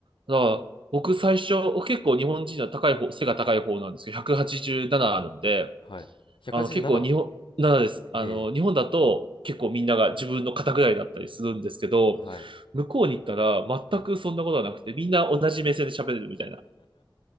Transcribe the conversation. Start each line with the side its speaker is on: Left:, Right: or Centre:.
Right: だから、僕最初、結構日本人は高い方、背が高い方なんですけど、187あるんで、
Left: はい。187?
Right: あの、結構日本、ななです。
Left: ええ。
Right: あの、日本だと結構みんなが自分の肩ぐらいだったりするんですけど、
Left: はい。
Right: 向こうに行ったら全くそんなことはなくて、
Left: はい。
Right: みんな同じ目線で喋れるみたいな。